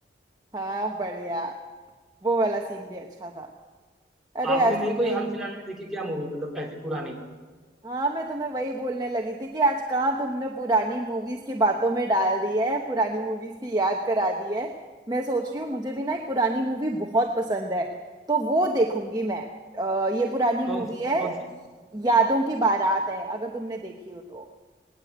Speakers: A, on the right; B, in the centre.
A: हाँ बढ़िया वो वाला सीन भी अच्छा था अरे
B: आपने
A: आज
B: नहीं
A: तुमने
B: कोई हाल फिलहाल में देखी क्या मूवी मतलब ऐसी पुरानी
A: हाँ मैं तुम्हें वही बोलने लगी थी कि आज कहाँ तुमने पुरानी मूवीज की बातों में डाल दी है पुरानी मूवीज की याद करा दी है मैं सोच रही हूँ मुझे भी ना एक पुरानी मूवी बहुत पसंद है तो वो देखूंगी मैं अ, ये पुरानी
B: कौन
A: मूवी
B: सी
A: है
B: कौन सी
A: यादों की बारात है अगर तुमने देखी हो तो